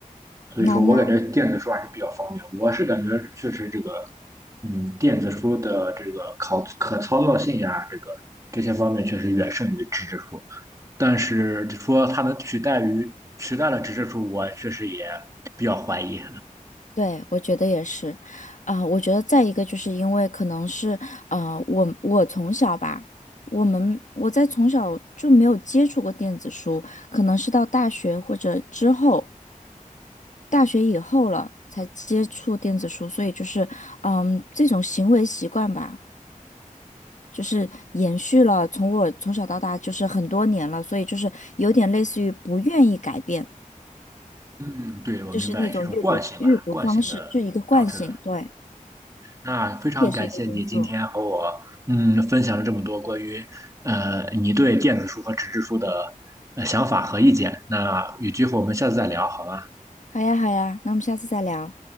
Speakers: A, on the right; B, on the left.
A: 所以说我感觉电子书还是比较方便。
B: 那那
A: 我是感觉确实这个，嗯，电子书的这个可可操作性呀、这个这些方面确实远胜于纸质书。但是就说它能取代于取代了纸质书，我确实也比较怀疑。
B: 对，我觉得也是，啊、我觉得再一个就是因为可能是，呃，我我从小吧，我们我在从小就没有接触过电子书，可能是到大学或者之后，大学以后了才接触电子书，所以就是，嗯，这种行为习惯吧，就是延续了从我从小到大就是很多年了，所以就是有点类似于不愿意改变。
A: 嗯，对，我明白是一种惯性吧，
B: 就是那种阅读阅读方式，
A: 惯性的导致的。
B: 就一个惯性，对，
A: 那非常感谢你今天和我嗯分享了这么多关于呃你对电子书和纸质书的
B: 也是一个因素。
A: 呃想法和意见。那有机会我们下次再聊，好吗？
B: 好呀，好呀，那我们下次再聊。